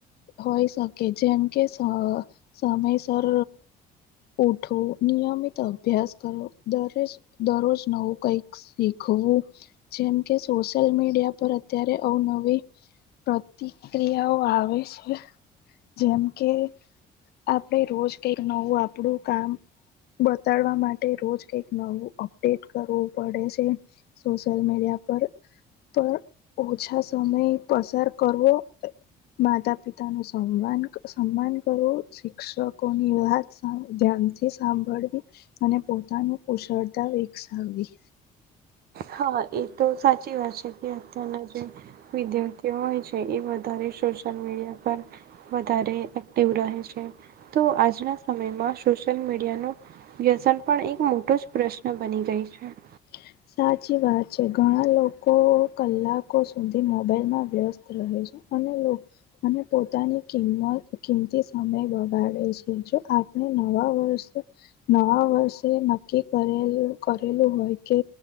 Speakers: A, on the left; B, on the right.
A: હોય શકે જેમ કે સમયસર ઉઠવુ નિયમિત અભ્યાસ કરવો દરેજ દરરોજ નવું કઈક શીખવું જેમ કે સોશિયલ મીડિયા પર અત્યારે અવનવી પ્રતિક્રિયાઓ આવે છે. જેમ કે આપડે રોજ કઈક નવું આપણું કામ બતાડવા માટે રોજ કઈક નવું અપડેટ કરવું પડે છે. સોશિયલ મીડિયા પર પર ઓછા સમય પસાર કરવો માતા પિતા નું સન્માન સન્માન કરવું શિક્ષકો ની વાત ધ્યાનથી સાંભળવી અને પોતાનું કુશળતા વિકસાવવી.
B: હા એ તો સાચી વાત છે કે અત્યારના જે વિદ્યાર્થીઓ હોય છે એ બ સોશલ મીડિયા પર વધારે એક્ટિવ રહે છે તો આજના સમયમાં સોશિયલ મીડિયા નુ વ્યસન પણ એક મોટો જ પ્રશ્ન બની ગઈ છે.
A: <inaudible> સાચી વાત છે ઘણા લોકો કલાકો સુધી મોબાઈલમાં વ્યસ્ત રહે છે. અને અને પોતાની કિંમત કિંમતી સમય વગાડે છે જો નવા વર્ષ નવા વર્ષે નક્કી કરેલ કરેલું હોય કે